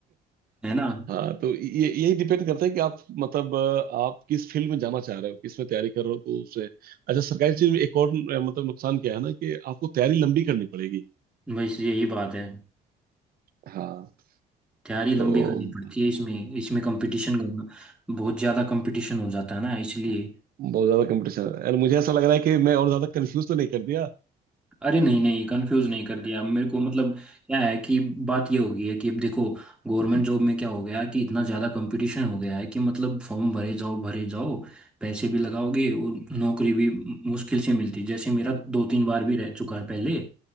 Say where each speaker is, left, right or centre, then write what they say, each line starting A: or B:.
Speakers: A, in the centre; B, on the right.
A: है ना
B: हाँ तो ये यही डिपेंड करता है कि आप मतलब अ, आप किस फील्ड में जाना चाह रहे हो किस में तैयारी कर रहे हो तो उससे अच्छा सरकारी चीज में एक और अ, मतलब नुकसान क्या है ना कि आपको तैयारी लंबी करनी पड़ेगी
A: बस यही बात है
B: हाँ
A: तैयारी लंबी
B: तो
A: करनी
B: म-
A: पड़ती है इसमें इसमें कंपटीशन बहुत ज्यादा कंपटीशन हो जाता है ना इसलिए
B: म- बहुत ज्यादा कंपटीशन है यार मुझे ऐसा लग रहा है कि मैं और ज्यादा कंफ्यूज तो नहीं कर दिया
A: अरे नहीं नहीं कंफ्यूज नहीं कर दिया मेरे को मतलब क्या है कि बात ये हो गई है कि अब देखो गवर्नमेंट जॉब में क्या हो गया कि इतना ज़्यादा कंपटीशन हो गया है कि मतलब फॉर्म भरे जाओ भरे जाओ पैसे भी लगाओगे और नौकरी भी मुश्किल से मिलती है जैसे मेरा दो तीन बार भी रह चुका है पहले